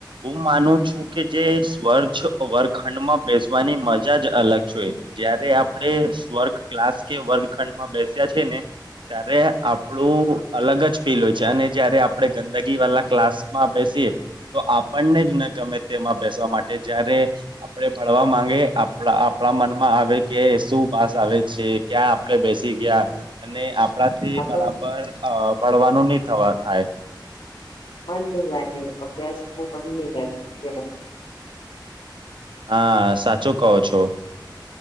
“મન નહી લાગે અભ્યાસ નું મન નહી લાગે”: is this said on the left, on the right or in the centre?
Left